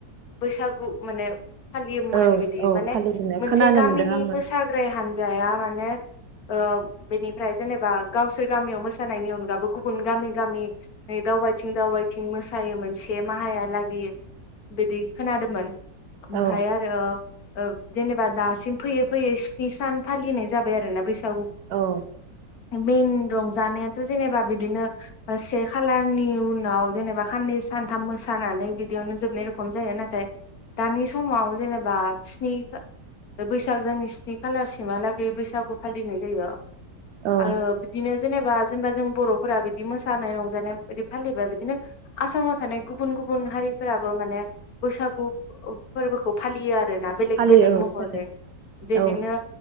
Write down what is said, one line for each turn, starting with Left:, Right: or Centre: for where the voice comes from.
Left: बैसागु माने फालियोमोन
Right: औ
Left: बिदि
Right: औ
Left: माने
Right: फालिजोबनाय
Left: मोनसे
Right: खोनानो
Left: गामिनि
Right: मोनदों आंबो
Left: मोसाग्राय हानजाया मान माने ओ बेनिफ्राय जेनेबा गावसोर गामियाव मोसानायनि अनगाबो गुबुन गामि गामि दावबायथिं दावबायथिं मोसायोमोन से माहायालागै बिदि खोनादोंमोन ओमफाय
Right: औ
Left: आरो ओ जेनेबा दासिम फैयै फैयै स्नि सान फालिनाय जाबाय आरो ना बैस औ -
Right: औ
Left: औ मेन <unintelligible> जानायाथ जेनेबा बिदिनो ओ से खालारनि उनाव जेनेबा खाननै सानथाम मोसानानै बिदियावनो जोबनाय खम जाया नाथाय दानि समाव जेनेबा स्नि बैसागोनि स्नि खालारसिमहालागै बैसागु फालिनाय जायो
Right: औ
Left: आरो बिदिनो जेनेबा जेनेबा जों बरफोरा बिदि मोसानाय रंजानाय बिदि फालिबा बिदिनो आसामाव थानाय गुबुन गुबुन हारिफोराबो माने बैसागु फोरबोखौ फालियो आ रोना बेलेग
Right: फालियो
Left: बेलेग
Right: औ
Left: महरै
Right: फालियो
Left: बिदिनो
Right: औ